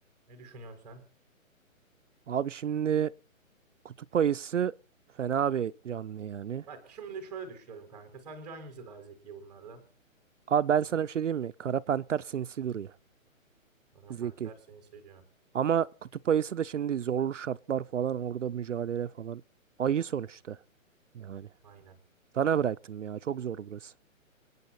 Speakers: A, in the centre; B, on the right.
A: Ne düşünüyorsun sen?
B: Abi şimdi kutup ayısı fena bir canlı yani.
A: Bak şimdi şöyle düşünelim kanka. Sence hangisi daha zeki bunlardan?
B: Abi ben sana bir şey diyeyim mi? Kara panter sinsi duruyor.
A: Kara
B: Zeki.
A: panter seni seviyor.
B: Ama kutup ayısı da şimdi zorlu şartlar falan orada mücadele falan. Ayı sonuçta. Yani.
A: Aynen.
B: Sana bıraktım ya. Çok zor burası.